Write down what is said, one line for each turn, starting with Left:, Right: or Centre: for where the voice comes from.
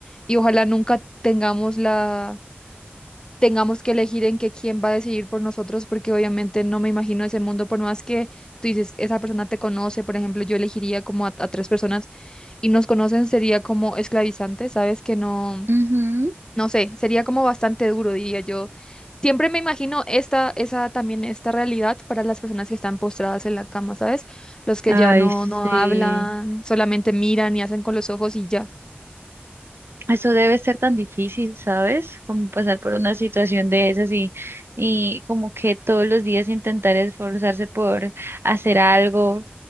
Left: y ojalá nunca tengamos la tengamos que elegir en que quién va a decidir por nosotros, porque obviamente no me imagino ese mundo, por más que tú dices, esa persona te conoce, por ejemplo, yo elegiría como a, a tres personas y nos conocen, sería como esclavizante, ¿sabes? Que no,
Right: Ujú.
Left: no sé, sería como bastante duro, diría yo. Siempre me imagino esta, esa también, esta realidad para las personas que están postradas en la cama, ¿sabes? Los que
Right: Ay,
Left: ya no,
Right: sí.
Left: no hablan, solamente miran y hacen con los ojos y ya.
Right: Eso debe ser tan difícil, ¿sabes? Como pasar por una situación de esas y, y como que todos los días intentar esforzarse por hacer algo